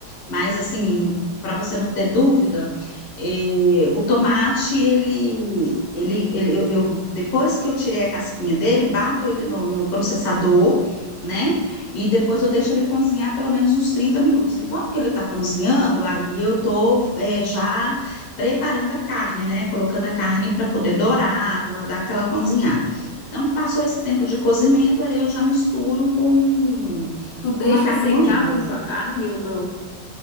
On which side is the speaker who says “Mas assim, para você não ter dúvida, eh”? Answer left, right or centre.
Left